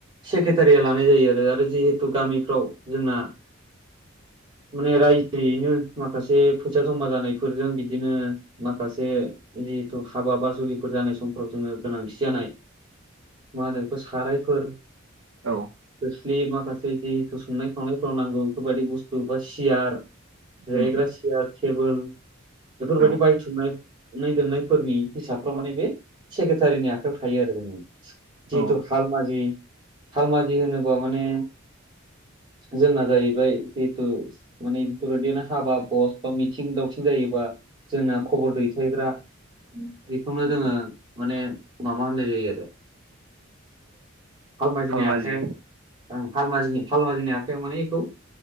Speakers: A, on the right; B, on the right.
A: सेक्रेटारिया लानाय जायो आरो आरो जिहेथु गामिफ्राव जोंना माने रायजोयैनो माखासे फैसा जमा जानायफोरजों बिदिनो माखासे जिहेथु खाबा बा जुलि फोर जानाय समफ्राव जोंङो गोनांथि जानाय मा होनो बेफोर सारायफोर
B: औ
A: खोस्लि माखासे जिहेतु संनाय खावनायफ्राव नांगौ बेफोरबायदि बुस्थु बा सियार जिरायग्रा
B: उम
A: सियार टेबोल बेफोरबायदि
B: औ
A: बायथुमनानै <unintelligible> नायफोरनि हिसाबफ्राव माने बे सेक्रेटारिनि आखायाव थायो आरो जोंनि जिहेथु
B: औ
A: हालमाजि हालमाजि होनोबा माने जोंना जाहैबाय जिहेथु माने बेफोरबायदिनो हाबा बस बा मिथिं दावथिं जायोबा जोंना खबर दैथायग्रा बेखौनो
B: उम
A: जोंङो माने माबा होननाय जायो आरो ओ हालमाजिनि
B: खालमाजि
A: आखायाव हालमिनि हालमाजिनि आखायाव माने बेखौ